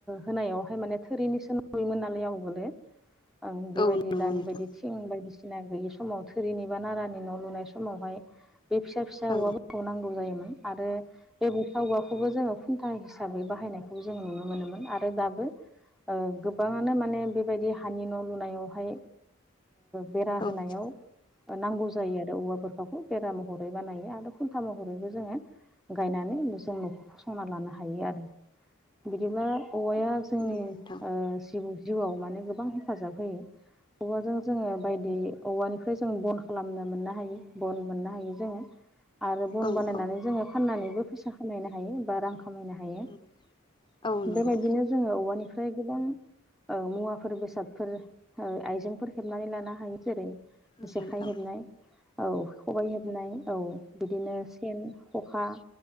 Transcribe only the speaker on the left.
औ नंगौ
नोंथां
औ
नंगौ
नोंथां
नंगौ नोंथां
औ
औ
नंगौ औ नंगौ
नंगौ
नोंथां